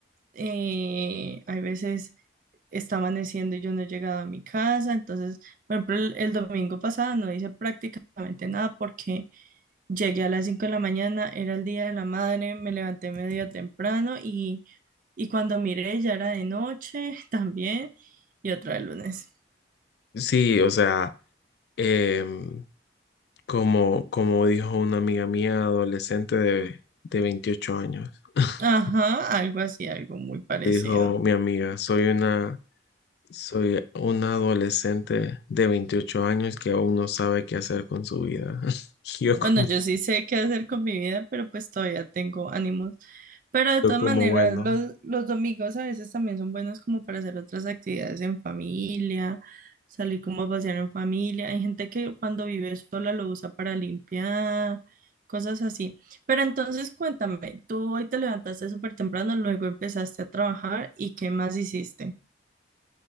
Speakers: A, on the right; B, on the left.
A: eh, hay veces está amaneciendo y yo no he llegado a mi casa. Entonces, por ejemplo, el, el domingo pasado no hice prácticamente nada porque llegué a las 5 de la mañana, era el día de la madre, me levanté medio temprano y, y cuando miré ya era de noche <laughs> también y otra vez lunes.
B: Sí, o sea, em, como, como dijo una amiga mía adolescente de, de 28 años, <laughs>
A: Ajá, algo así, algo muy parecido.
B: dijo mi amiga, soy una, soy una adolescente de 28 años que aún no sabe qué hacer con su vida. <laughs> Yo como,
A: Bueno, yo sí sé qué hacer con mi vida, pero pues todavía tengo ánimos. Pero de
B: yo
A: todas
B: como,
A: maneras,
B: bueno.
A: los, los domingos a veces también son buenos como para hacer otras actividades en familia, salir como a pasear en familia. Hay gente que cuando vive sola lo usa para limpiar, cosas así. Pero entonces cuéntame, tú hoy te levantaste súper temprano, luego empezaste a trabajar y ¿qué más hiciste?